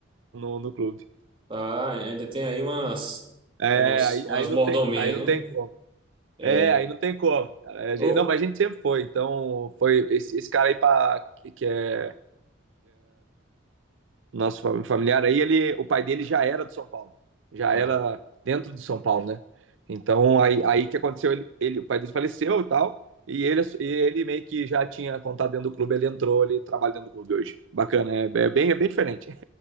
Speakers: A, on the right; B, on the right.
A: no, no clube.
B: Ah, ainda tem aí umas,
A: É,
B: umas,
A: aí,
B: umas
A: aí
B: mordomias,
A: não tem, aí não
B: né?
A: tem como.
B: É.
A: É, aí não tem como, cara. A gente-
B: Ô,
A: Não, mas a gente sempre foi. Então, foi esse, esse cara aí pra, que que é nosso familiar aí, ele, o pai dele já era do São Paulo, já
B: ah,
A: era dentro do São Paulo, né? Então aí, aí que aconteceu, ele, ele o pai dele faleceu e tal, e ele, ele meio que já tinha contato dentro do clube, ele entrou, ele trabalha dentro do clube hoje. Bacana, é, é bem, é bem diferente. <laughs>